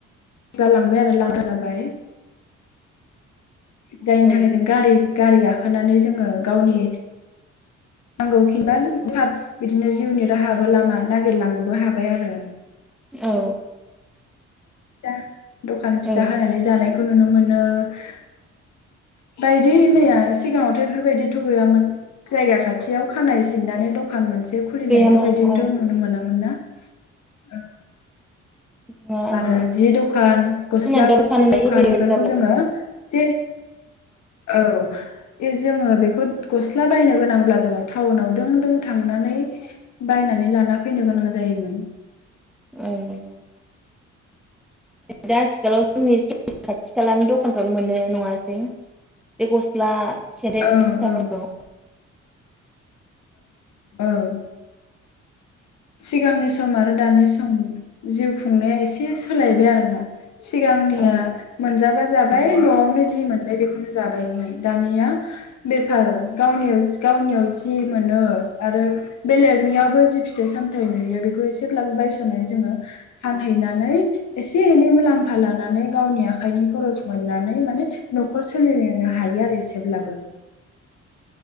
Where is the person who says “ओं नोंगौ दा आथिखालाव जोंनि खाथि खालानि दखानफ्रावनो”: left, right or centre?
Centre